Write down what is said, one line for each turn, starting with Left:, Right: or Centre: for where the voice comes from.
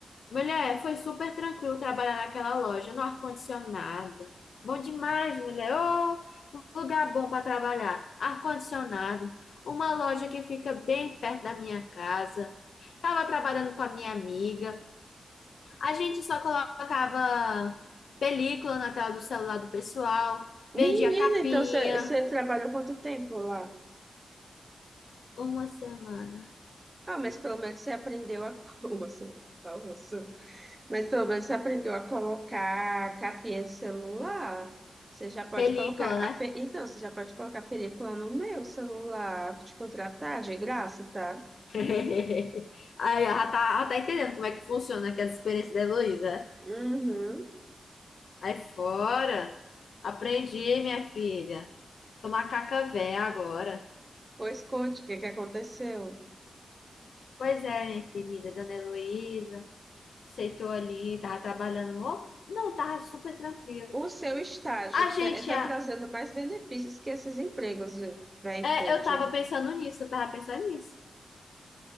Left: Mulher, foi super tranquilo trabalhar naquela loja, no ar-condicionado. Bom demais, mulher. Ô, um lugar bom para trabalhar. Ar-condicionado. Uma loja que fica bem perto da minha casa. Tava trabalhando com a minha amiga. A gente só colocava película na tela do celular do pessoal.
Right: Menina,
Left: Vendia capinha.
Right: então você trabalhou quanto tempo lá?
Left: Uma semana.
Right: Ah, mas pelo menos você aprendeu a. co- <laughs> Você, tá, você. Mas pelo menos você aprendeu a colocar capinha de celular. Você já pode
Left: Película,
Right: colocar. a
Left: né?
Right: pe- Então, você já pode colocar película no meu celular. Te contratar de graça, tá?
Left: <laughs> Aí, ela tá, ela tá entendendo como é que funciona aqui as experiências da Heloísa. né?
Right: Uhum.
Left: Aí fora. Aprendi, minha filha. Sou macaca véia agora.
Right: Pois conte o que que aconteceu.
Left: Pois é, minha querida, dona Heloísa. Aceitou ali, tava trabalhando. mó- Não, tava super tranquilo.
Right: O seu estágio
Left: A gente,
Right: está
Left: ah,
Right: trazendo mais benefícios que esses empregos, velho,
Left: é,
Right: pode.
Left: eu tava pensando nisso, eu tava pensando nisso.